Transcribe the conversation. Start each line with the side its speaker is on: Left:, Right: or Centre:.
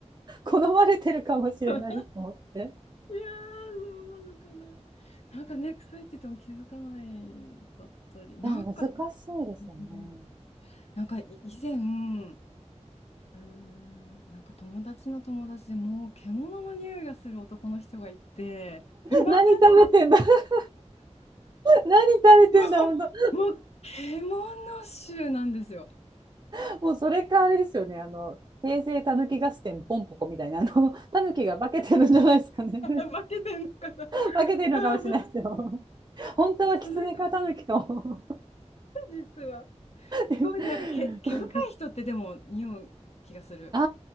Right: 好まれてるかもしれないと思って
Left: ー、そうなのかな。なんかね、臭いって言っても気づかないかったり、なんか、
Right: いや難しいですよね
Left: うんなんかい以前、うーん、なんか友達の友達でもう獣の匂いがする男の人がいて、いません
Right: 何食べてんだ <laughs> 何食べてんだ本当
Left: もう、もう獣臭なんですよ。
Right: <laughs> もうそれかあれですよねあの平成たぬき合戦ポンポコみたいなあのたぬきが化けてるんじゃないですかね
Left: <laughs> 化けてんのかな
Right: <laughs> 化けてるのかもしれないですよ
Left: <laughs>
Right: 本当は狐かタヌキかも。
Left: なんかその人、実は。すごいね、
Right: <laughs>
Left: なんか毛、毛深い人ってでも匂う気がする。
Right: あ